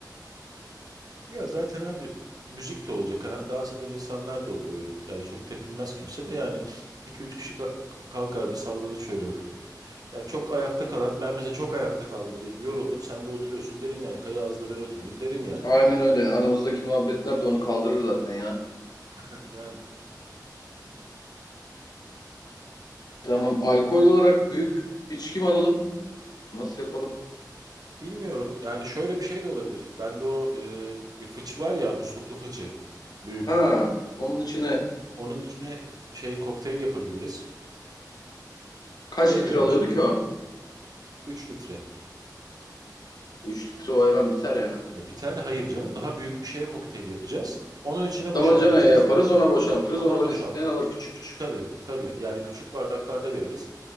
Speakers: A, on the right; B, on the left.
A: Ya zaten abi müzik de olacak. Hani dans eden insanlar da olur öyle. Yani çok tepinmez kimse de yani iki üç kişi ka- kalkar bir sallanır şöyle hafif hafif. Ya çok ayakta kalan ben mesela çok ayakta kaldım diyelim yoruldum sen de oturuyorsun derim yani kaya ağzı ben oturayım derim yani.
B: Aynen öyle. Aramızdaki muhabbetler de onu kaldırır zaten ya.
A: <laughs> Yani. Yani.
B: Tamam. Alkol olarak büyük içki mi alalım? Nasıl yapalım?
A: Bilmiyorum yani şöyle bir şey de olabilir. Bende o e, bir fıç var ya musluklu fıçı büyük.
B: Ha, onun içine
A: Onun içine şey kokteyl yapabiliriz.
B: kaç
A: Bilemiyorum
B: litre alıyordu
A: işte.
B: ki o?
A: 3 litre.
B: 3 litre o hemen biter ya.
A: Ya biter de hayır canım. Daha büyük bir şeye kokteyl yapacağız. Onun içine boşaltacağız.
B: Damacanaya yaparız, ona boşaltırız.
A: Ona
B: Oradan
A: boşalt.
B: isteyen alır küçük küçük.
A: Tabii tabii. Yani küçük bardaklarda veririz.